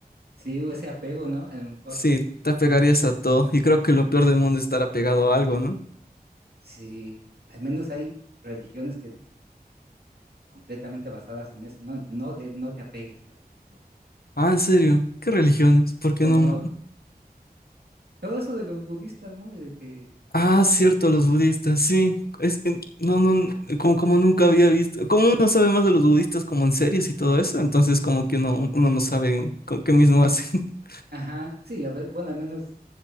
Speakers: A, on the right (about 75°); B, on the left (about 70°).
A: sí, o ese apego, ¿no? A lo mejor,
B: Sí, te apegarías a todo. Y creo que lo peor del mundo es estar apegado a algo, ¿no?
A: sí, al menos hay religiones que completamente basadas en eso, ¿no? En que no, de- no te apegues a las cosas.
B: Ah, ¿en serio? ¿Qué religiones? ¿Por qué
A: Como
B: no? no?
A: todo eso de los budistas, ¿no? De que
B: Ah, cierto, los budistas, sí. Es que no, no, como, como nunca había visto. Como uno sabe más de los budistas como en series y todo eso, entonces como que no, uno no sabe co- qué mismo hacen. <laughs>
A: Ajá, sí, a ver, bueno, al menos